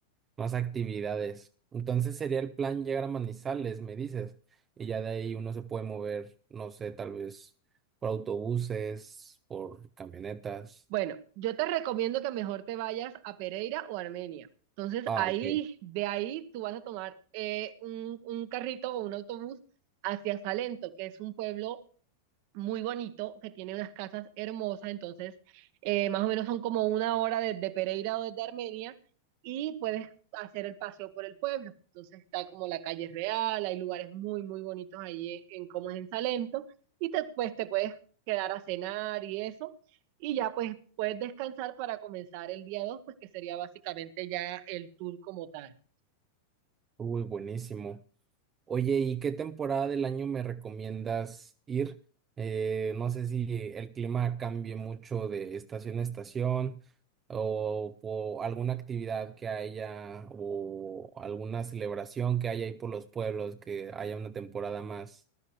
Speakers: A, on the right; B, on the right.
A: más actividades. Entonces sería el plan llegar a Manizales, me dices, y ya de ahí uno se puede mover, no sé, tal vez por autobuses, por camionetas.
B: Bueno, yo te recomiendo que mejor te vayas a Pereira o Armenia. Entonces,
A: Ah,
B: ahí,
A: ok.
B: de ahí tú vas a tomar eh, un, un carrito o un autobús hacia Salento, que es un pueblo muy bonito, que tiene unas casas hermosas, entonces eh, más o menos son como una hora desde Pereira o desde Armenia y puedes hacer el paseo por el pueblo. Entonces está como la calle real, hay lugares muy, muy bonitos ahí en, en como es en Salento y te, pues, te puedes quedar a cenar y eso y ya pues puedes descansar para comenzar el día 2 pues que sería básicamente ya el tour como tal.
A: Uy, buenísimo. Oye, ¿y qué temporada del año me recomiendas ir? Eh, no sé si el clima cambie mucho de estación a estación o, o alguna actividad que haya o alguna celebración que haya ahí por los pueblos, que haya una temporada más,